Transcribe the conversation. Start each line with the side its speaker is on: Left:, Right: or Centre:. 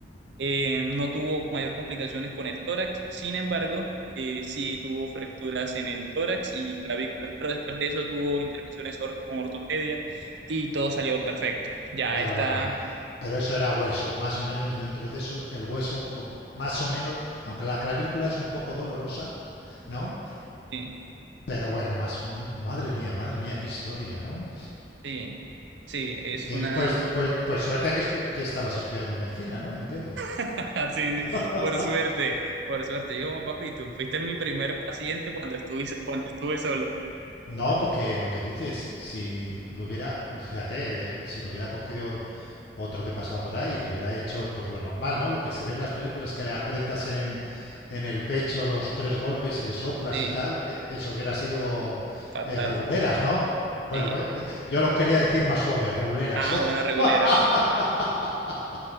Right: Eh, no tuvo mayor complicaciones con el tórax, sin embargo, eh, sí tuvo fracturas en el tórax y clavículas, pero después de eso tuvo intervenciones or- con ortopedia y todo salió perfecto. Ya
Left: Pero
Right: está
Left: bueno, pero eso era hueso, más o menos dentro de eso, el hueso, lo, más o menos, aunque la clavícula es un poco dolorosa, ¿no?
Right: Sí,
Left: Pero bueno, más o menos, madre mía, madre mía, qué historia, ¿no?
Right: sí, sí, es
Left: Eh,
Right: una...
Left: pues, pues, pues suerte que, estu que estabas estudiando medicina, ¿no? Entiendo.
Right: <laughs> Sí, sí,
Left: <laughs>
Right: por suerte, por suerte. Yo, como, papi, tú fuiste mi primer paciente cuando estuve, cuando estuve solo.
Left: No, porque lo que dices, si lo hubiera, fíjate, eh, si lo hubiera cogido otro que pasaba por ahí y le hubiera hecho pues lo normal, ¿no? Lo que se ve en las películas que le aprietas en, en el pecho los tres golpes y le soplas
Right: Sí,
Left: y tal, eh, eso hubiera sido
Right: fatal,
Left: eh, reguleras, ¿no? Bueno,
Right: sí.
Left: pues, eh, yo lo quería decir más suave, reguleras.
Right: Ah,
Left: ¿eh?
Right: bueno, regulera.
Left: <laughs>